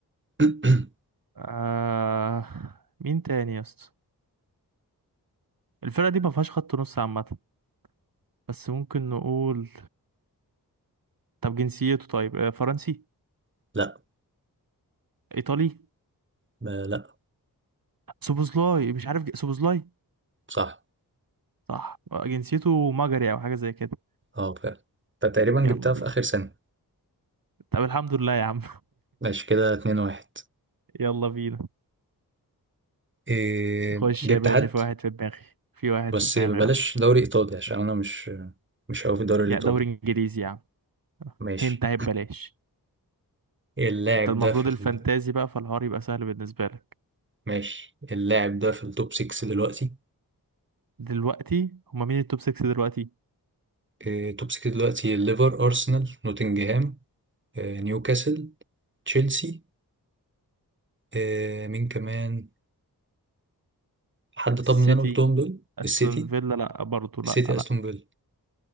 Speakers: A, on the right; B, on the right.
A: <clears throat>
B: آه... مين تاني يا اسطى الفرقه دي ما فيهاش خط نص عامه بس ممكن نقول طب جنسيته طيب آه، فرنسي
A: لا
B: ايطالي
A: لا لا،
B: سوبوزلاي مش عارف ج... سوبوزلاي
A: صح
B: صح آه، جنسيته مجري او حاجه زي كده
A: اه فعلا انت تقريبا
B: يلا
A: جبتها
B: بينا
A: في اخر سنة
B: طب الحمد لله يا عم
A: ماشي كده 2 1
B: <laughs> يلا بينا
A: إيه
B: خش
A: جبت
B: يا باشا
A: حد
B: في واحد في دماغي في واحد
A: بس
B: في دماغي
A: بلاش
B: اه
A: دوري ايطالي عشان انا مش مش قوي في الدوري الايطالي
B: يا دوري انجليزي يا عم
A: ماشي
B: هنت اهي ببلاش
A: اللاعب
B: ده المفروض
A: ده في ال...
B: الفانتازي بقى فالحوار يبقى سهل بالنسبة لك
A: ماشي اللاعب ده في التوب 6 دلوقتي
B: دلوقتي هما مين التوب 6 دلوقتي
A: إيه توب 6 دلوقتي الليفر ارسنال نوتنجهام إيه نيوكاسل تشيلسي إيه مين كمان حد طب
B: السيتي
A: من اللي انا قلتهم دول
B: استون
A: السيتي
B: فيلا لا برضه لا
A: السيتي
B: لا
A: استون فيلا